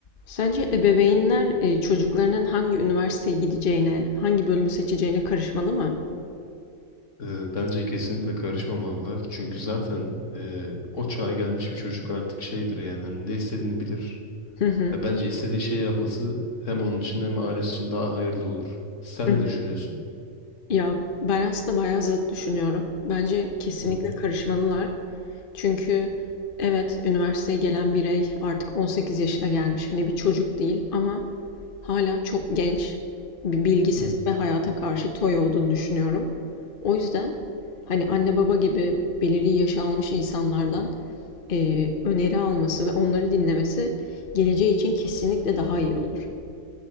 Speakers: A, on the left; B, on the left.
A: Sence ebeveynler e, çocuklarının hangi üniversiteye gideceğine, hangi bölümü seçeceğine karışmalı mı?
B: Ee, Bence kesinlikle karışmamalılar. Çünkü zaten e, o çağa gelmiş bir çocuk artık şeydir yani hani ne istediğini bilir.
A: Hı hı.
B: Ve bence istediği şeyi yapması hem onun için hem ailesi için daha hayırlı olur. Sen
A: Hı
B: ne
A: hı.
B: düşünüyorsun?
A: Ya ben aslında bayağı zıt düşünüyorum. Bence kesinlikle
B: Hı hı.
A: karışmalılar. Çünkü evet üniversiteye gelen birey artık 18 yaşına gelmiş. Hani bir çocuk değil ama hala çok genç, bir bilgisiz
B: Hı hı.
A: ve hayata karşı toy olduğunu düşünüyorum. O yüzden hani anne baba gibi belirli yaşı almış insanlardan eee, öneri alması ve onları dinlemesi geleceği için kesinlikle daha iyi olur.